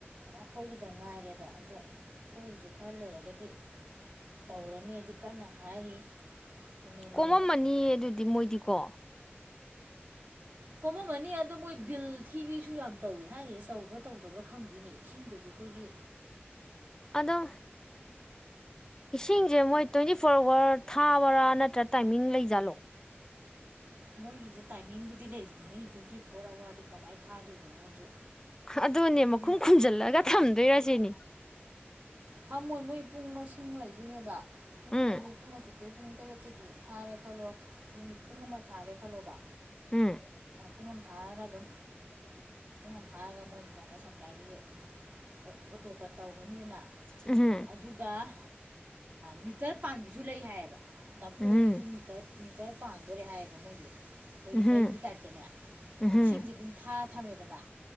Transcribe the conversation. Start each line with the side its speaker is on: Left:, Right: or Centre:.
Right: ꯑꯩꯈꯣꯏꯒꯤꯗ ꯉꯥꯏꯔꯦꯕ ꯑꯗꯣ ꯑꯩꯈꯣꯏꯒꯤꯁꯨ ꯈꯔ ꯂꯩꯔꯒꯗꯤ ꯇꯧꯔꯅꯤꯗꯤ ꯀꯟꯅ ꯍꯥꯏꯔꯤ ꯑꯦꯝ ꯑꯦꯜ
Left: ꯀꯣꯝꯃꯝꯃꯅꯤ
Right: ꯑꯦ
Left: ꯑꯗꯨꯗꯤ ꯃꯣꯏꯗꯤꯀꯣ
Right: ꯀꯣꯝꯃꯝꯃꯅꯤ ꯑꯗꯨꯗ ꯃꯣꯏ ꯕꯤꯜ ꯊꯤꯕꯤꯁꯨ ꯌꯥꯝ ꯇꯧꯏꯤ ꯍꯥꯏꯔꯤꯁꯦ ꯇꯧꯕ꯭ꯔꯥ ꯇꯧꯗꯕ꯭ꯔꯥ ꯈꯪꯗ꯭ꯔꯤꯅꯦ ꯏꯁꯤꯡꯗꯁꯨ ꯀꯨꯒꯤ
Left: ꯑꯗꯣ ꯏꯁꯤꯡꯖꯦ ꯃꯣꯏ ꯇ ꯐꯔꯋꯥꯔ ꯊꯥꯕꯔꯥ ꯅꯠꯇ꯭ꯔꯥ ꯇꯥꯏꯃꯤꯡ ꯂꯩꯖꯥꯠꯂꯣ
Right: ꯃꯣꯏꯒꯤꯁꯦ ꯇꯥꯏꯃꯤꯡꯕꯨꯗꯤ ꯂꯩꯔꯤꯅꯤ ꯇ꯭ꯋꯦꯟꯇꯤ ꯐꯣꯔ ꯑꯋꯥꯔꯗꯤ ꯀꯃꯥꯏꯅ ꯊꯥꯗꯣꯏꯅꯣ ꯅꯪꯁꯨ
Left: ꯑꯗꯨꯅꯦ
Right: ꯄꯨꯡ
Left: ꯃꯈꯨꯝ ꯈꯨꯝꯟꯖꯤꯜꯂꯒ ꯊꯝꯗꯣꯏꯔꯁꯤꯦꯅꯦ
Right: ꯐꯝꯃꯣꯏ ꯃꯣꯏ ꯄꯨꯡ ꯂꯩꯗꯣꯏꯅꯦꯕ ꯄꯨꯡ
Left: ꯎꯝ
Right: ꯑꯗꯤ ꯄꯨꯡ ꯑꯁꯨꯨꯛꯇꯤ ꯄꯨꯡ ꯇꯔꯦꯠꯇꯒꯤ ꯊꯥꯔꯦ ꯈꯜꯂꯣ ꯠ ꯄꯨꯡ ꯑꯃ ꯊꯥꯔꯦ ꯈꯜꯂꯣꯕ
Left: ꯎꯝ
Right: ꯄꯨꯡ ꯑꯃ ꯊꯥꯔꯒꯗꯝ
Left: <unintelligible> <inaudible>
Right: ꯝ ꯐꯥꯔꯒ ꯃꯣꯏ ꯑꯗꯨꯝ ꯋꯥꯇꯔ ꯁꯄ꯭ꯂꯥꯏꯗꯒꯤ ꯑꯗꯨꯝ ꯑꯣꯇꯣꯄꯦ ꯇꯧꯒꯅꯤꯗꯅ
Left: ꯎꯝ
Right: ꯑꯗꯨꯒ ꯃꯤꯇꯔ ꯄꯕꯤꯁꯨ ꯂꯩ ꯍꯥꯏꯌꯦꯕ ꯄꯣꯏꯒꯤꯁꯤꯇꯔ
Left: ꯎꯝ
Right: ꯃꯤꯇꯔ ꯄꯥꯟꯗꯣꯔꯦ ꯍꯥꯏꯌꯦꯕ ꯃꯣꯏꯗꯤ ꯑꯩꯈꯣꯏꯒꯤ
Left: ꯎꯝ
Right: ꯃꯩꯒꯤ ꯇꯥꯏꯞꯇꯅꯦ
Left: ꯎꯝ
Right: ꯏꯁꯤꯡꯁꯦ ꯑꯗꯨꯝ ꯊꯥꯔ ꯊꯝꯃꯦꯗꯅ